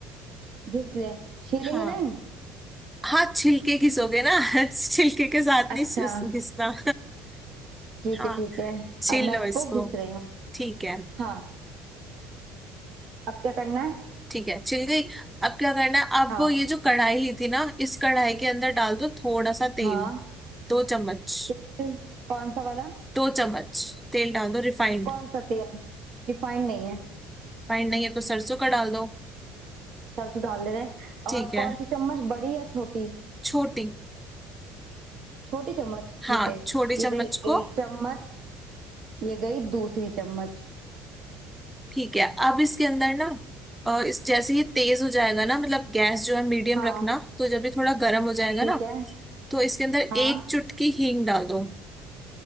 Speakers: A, on the right; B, in the centre.
A: घिस ले छीलेंगे
B: हाँ
A: नहीं
B: हाँ छिलके घिसोगे ना <laughs> छिलके के साथ
A: अच्छा
B: नहीं घिस- घिसना
A: ठीक
B: <laughs> हाँ
A: है ठीक है
B: छील
A: अब मैं
B: लो
A: इसको
B: इसको
A: घिस रही हूँ
B: ठीक है
A: हाँ अब क्या करना है
B: ठीक है छिल गई अब क्या करना है आप
A: हाँ
B: ये जो कढ़ाई ली थी ना इस कढ़ाई के अंदर डाल दो थोड़ा सा तेल
A: हाँ
B: दो चम्मच
A: तेल कौन सा वाला
B: दो चम्मच तेल डाल दो रिफाइंड
A: कौन सा तेल रिफाइंड नहीं है
B: रिफाइंड नहीं है तो सरसों का डाल दो
A: सरसों डाल दे रहे हैं
B: ठीक
A: और
B: है
A: कौन सी चम्मच बड़ी या छोटी
B: छोटी
A: छोटी चम्मच
B: हाँ
A: ठीक है
B: छोटी चम्मच
A: ये गई
B: को
A: एक चम्मच ये गई दूसरी चम्मच
B: ठीक है अब इसके अंदर ना अ, इस जैसे ये तेज हो जाएगा ना मतलब गैस जो है मीडियम
A: हाँ
B: रखना तो जब ये थोड़ा गर्म हो जाएगा
A: ठीक
B: ना
A: है
B: तो इसके अंदर
A: हाँ
B: एक चुटकी हींग डाल दो